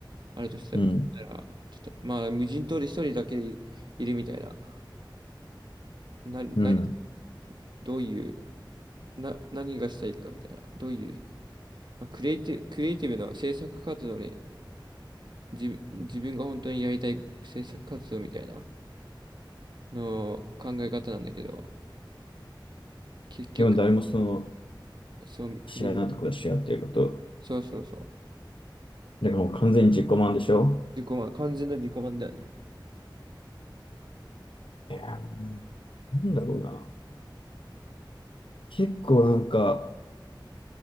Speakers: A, on the right (about 65°); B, on the left (about 85°).
A: あるとしたたら、
B: うん、
A: たとまあ、無人島で一人だけいるみたいな、な、何、
B: うん。
A: どういう、な、何がしたいかみたいな、どういう、まあ、クリエイティ、クリエイティブの制作活動に、自、自分が本当にやりたい制作活動みたいなの考え方なんだけど、結局、
B: でも誰もその
A: そう、
B: 知らないところで知らっていうこと。
A: みそうそうそう、
B: だからもう完全に自己満でしょ
A: 自己満、完全な自己満だよね。
B: いやー、なんだろうな。結構なんか、